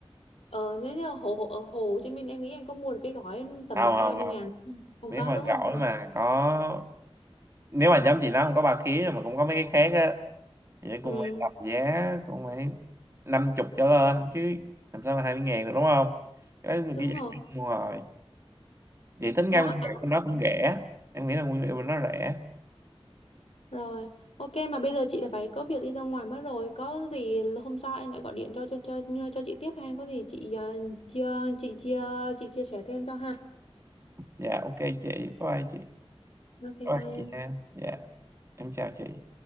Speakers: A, on the left; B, on the right.
A: ờ, nếu như ở Hồ ở Hồ Chí Minh em nghĩ em có mua được cái gói tầm
B: không
A: hai
B: không
A: mươi
B: không
A: ngàn không? Không
B: nếu
A: có
B: mà
A: đúng không?
B: gỏi mà có nếu mà giống chị nó không có ba khía mà cũng có mấy cái khác á thì
A: Ừ,
B: cũng phải tầm giá cũng phải năm chục trở lên chứ làm sao mà hai mươi ngàn được đúng không cái đó là
A: đúng
B: cái giá
A: rồi.
B: chung rồi vậy tính
A: Đó,
B: ra nguyên
A: à,
B: liệu của nó cũng rẻ em nghĩ là nguyên liệu của nó rẻ
A: rồi. Ok, mà bây giờ chị đã phải có việc đi ra ngoài mất rồi. Có gì hôm sau em lại gọi điện cho cho cho cho chị tiếp ha. Có gì chị ờ, chia chị chia chị chia sẻ thêm cho ha.
B: dạ ok chị bye bye chị bye
A: Ok,
B: bye
A: bye
B: chị
A: em.
B: ha dạ em chào chị